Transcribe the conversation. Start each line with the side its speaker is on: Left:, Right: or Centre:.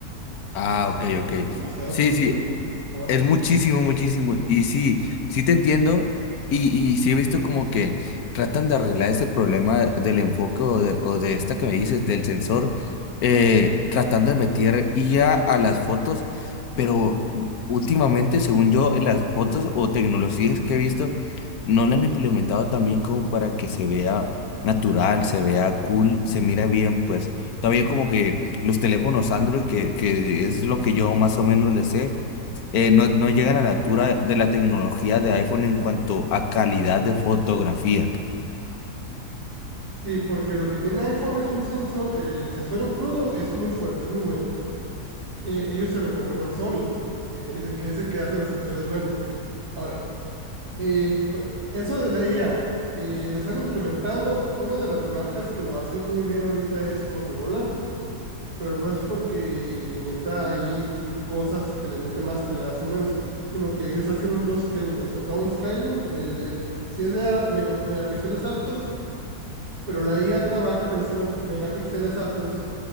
Left: Ah,
Right: Es
Left: ok,
Right: algo
Left: ok.
Right: demasiado
Left: Sí,
Right: estúpido,
Left: sí,
Right: probable.
Left: es muchísimo, muchísimo. Y sí, sí te entiendo. Y, y sí he visto como que tratan de arreglar ese problema del enfoque o de, o de esta que me dices, del sensor, eh, tratando de meter IA a a las fotos. Pero últimamente, según yo, en las fotos o tecnologías que he visto, no la han implementado tan bien como para que se vea natural, se vea cool, se mira bien. Pues todavía como que los teléfonos Android, que, que es lo que yo más o menos le sé eh, no, no llegan a la altura de la tecnología de iPhone en cuanto a calidad de fotografía.
Right: Sí, porque lo que tiene iPhone es un sensor, el sensor en crudo es muy fuerte, es muy bueno eh, ellos se lo compraron Sony, eh, que es el que hace los sensores buenos. Ahora, eh, eso de la IA, lo están implementando. Una de las marcas que lo hace muy bien ahorita es Motorola, pero no es porque le meta ahí mm, cosas que le mete más o que le hace menos, sino que ellos hacen un downscaling, o sea, downscaling, el, el, si es de mega, megapíxeles altos, pero la IA trabaja con esos megapíxeles altos